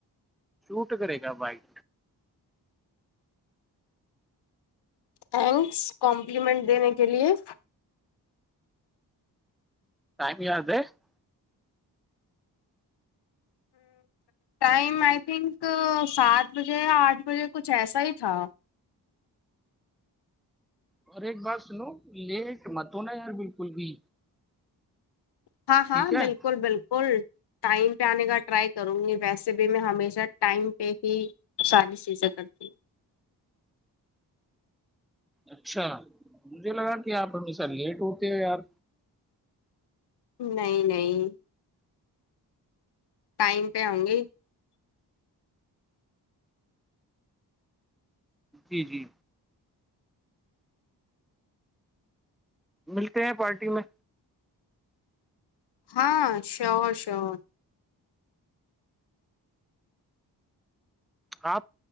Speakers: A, in the centre; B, on the left (about 65°).
A: شوٹ کرے گا بائک
B: تھینکس کمپلیمنٹ دینے کے لیے
A: <unintelligible>
B: ٹائم آئی تھنک سات بجے یا آٹھ بجے کچھ ایسا ہی تھا
A: اور ایک بات سنو لیٹ مت ن یار بالکل بھی
B: ہاں ہاں
A: ٹھیک ہے
B: بالکل بالکل ٹائم پہ آنے کا ٹرائی کروں گی ویسے بھی میں ہمیشہ ٹائم پہ ہی شانی سیزیں کرتی
A: اچھا مجھے لگا کہ آپ ہمیشہ لیٹ ہوتے ہو یار
B: نہیں نہیں ٹائم پہ ہؤں گی
A: جی جی ملتے ہیں پارٹی میں
B: ہاں شور شور
A: ہ